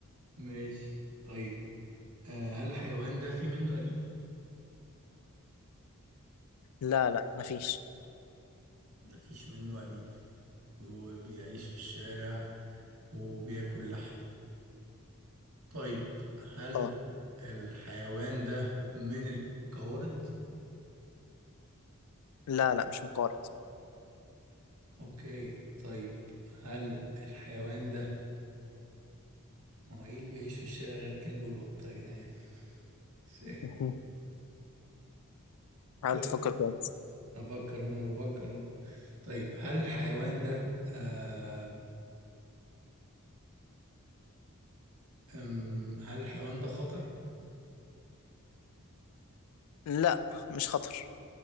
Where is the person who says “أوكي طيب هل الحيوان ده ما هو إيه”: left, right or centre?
Right